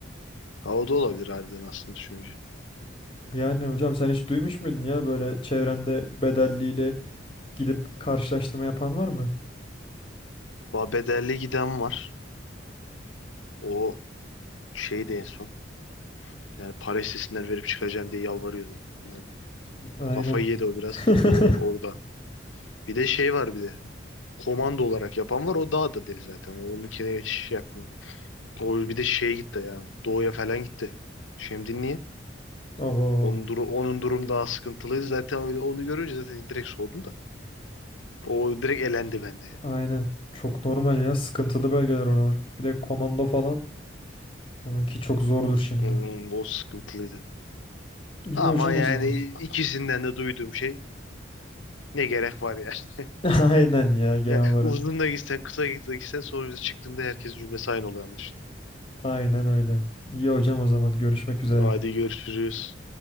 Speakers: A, on the left; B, on the left.
A: Ha, o da olabilir harbiden aslında düşününce.
B: Yani hocam sen hiç duymuş muydun ya böyle çevrende bedelliyle gidip karşılaştırma yapan var mı?
A: Va bedelli giden var. O şey de en son. Yani para istesinler verip çıkacağım diye yalvarıyordu. Yani
B: Aynen.
A: Kafayı yedi o biraz.
B: <laughs>
A: O orada. Bir de şey var bir de. Komando olarak yapan var. O daha da deli zaten. Onunkine şey yapmıyor. O bir de şeye gitti ya. Doğuya falan gitti. Şimdi niye?
B: Abo,
A: Onun, duru, onun durum daha sıkıntılıydı. Zaten öyle onu görünce zaten direkt soğudum da. O direkt elendi bende yani.
B: aynen. Çok normal ya. Sıkıntılı bölgeler oralar. Bir de komando falan. Onunki çok zordur şimdi.
A: Onun- O sıkıntılıydı.
B: İyi
A: Ama
B: hocam
A: yani
B: o zaman.
A: ikisinden de duyduğum şey ne gerek var ya. <laughs>
B: <laughs> Aynen ya genel
A: Yani
B: olarak.
A: uzun da gitsen kısa da gitsen sonuçta çıktığında herkes cümlesi aynı oluyor anlaşılan.
B: Aynen öyle. İyi hocam o zaman görüşmek üzere.
A: Hadi görüşürüz.